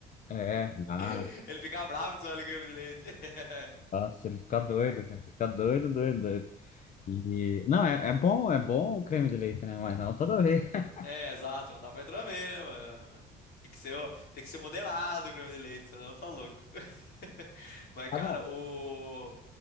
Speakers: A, on the left; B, on the left.
A: É, ah,
B: <laughs> Ele fica bravo de olha o creme de leite. <laughs>
A: nossa, ele fica doido, cara. Fica doido, doido, doido. E, não, é, é bom, é bom o creme de leite, né? Mas não toda vez. <laughs>
B: É, exato. Não dá pra entrar bem, né, mano? Tem que ser, o- tem que ser moderado o creme de leite, senão tá louco. <laughs> Mas, cara,
A: Tá bom.
B: o...